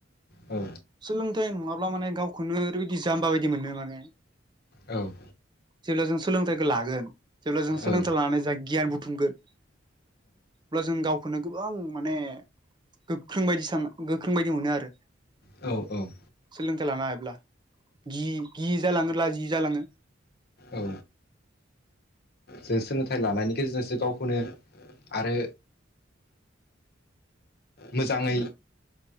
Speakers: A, on the left (about 55°); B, on the right (about 25°).
A: औ
B: सोलोंथाइ नङाब्ला माने गावखौनो ओरैबायदि जामबा बायदि मोनो माने
A: औ
B: जेब्ला जों सोलोंथाइखौ लागोन जेब्ला जों
A: औ
B: सोलोंथाइ लानानै जों गियान बुथुमगोन अब्ला जों गावखौनो गोबां माने गोख्रों बायदि सान गोख्रों बायदि मोनो आरो
A: औ औ
B: सोलोंथाइ लानो हायोब्ला गि गियै जालाङो लाजियै जालाङो
A: औ जों सोलोंथाइ लानायनि गेजेरजोंसो गावखौनो आरो मोजाङै